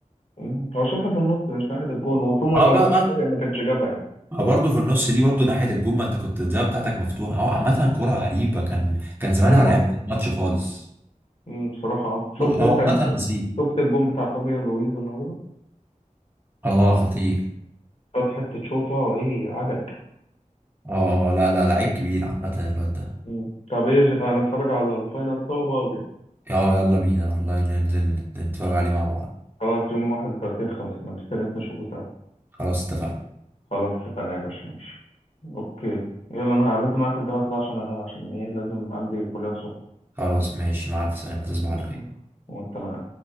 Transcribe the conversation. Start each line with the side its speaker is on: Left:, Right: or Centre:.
Left: مم. هو شاطها في النص مش ناحية الجون وفي مرة
Right: اه بقى
Left: ما كانش
Right: بقى
Left: ما كانش جابها يعني
Right: ما برضه في النص دي برضه ناحية الجون ما انت كنت الزاوية بتاعتك مفتوحة هو عامة
Left: مم.
Right: كرة غريبة كان كان زمانها
Left: ايوه
Right: ريحت الماتش خالص
Left: مم. بصراحة آه. شفت
Right: هو
Left: انت
Right: عامة نصيب
Left: شفت الجون بتاع فابيان رويز النهاردة
Right: اه خطير
Left: خد حتة شوطة ايه عجب
Right: اه اه لا لا لعيب كبير عامة الواد ده
Left: مم. طب ايه ج- هنتفرج على الفاينل سوا بقى ولا ايه؟
Right: اه يلا بينا والله ننزل نتفرج عليه مع بعض
Left: خلاص يوم واحد وتلاتين خمسة انا مستنيك نشوفه سوا
Right: خلاص اتفقنا
Left: خلاص اتفقنا يا باشا ماشي اوكي يلا انا لازم اقفل دلوقتي بقى عشان انام عشان ايه لازم عندي كلية الصبح
Right: خلاص ماشي مع الف سلامة تصبح
Left: ماشي.
Right: على خير
Left: وانت من